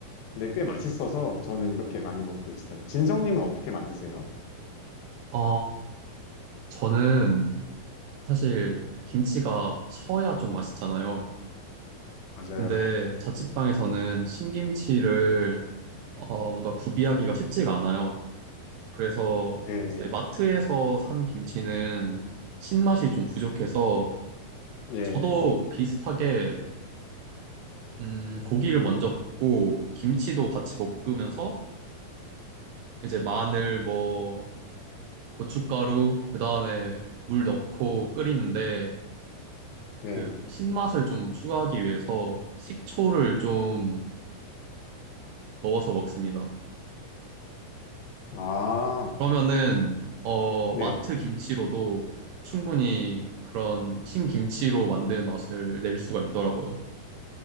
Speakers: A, on the left; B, on the right.
A: 근데 꽤 맛있어서 저는 이렇게 많이 먹고 있어요. 진성님은 어떻게 만드세요?
B: 아, 저는 사실 김치가 셔야 좀 맛있잖아요.
A: 맞아요.
B: 근데 자취방에서는 신김치를 어, 뭔가 구비하기가 쉽지가 않아요. 그래서
A: 네,
B: 이제 마트에서 산 김치는 신맛이 좀 부족해서
A: 네,
B: 저도 비슷하게 음, 고기를 먼저 볶고 김치도 같이 볶으면서 이제 마늘 뭐 고춧가루, 그 다음에 물 넣고 끓이는데
A: 네.
B: 그 신맛을 좀 추가하기 위해서 식초를 좀 넣어서 먹습니다.
A: 아,
B: 그러면은 어
A: 네.
B: 마트 김치로도 충분히 그런 신김치로 만든 맛을 낼 수가 있더라고요.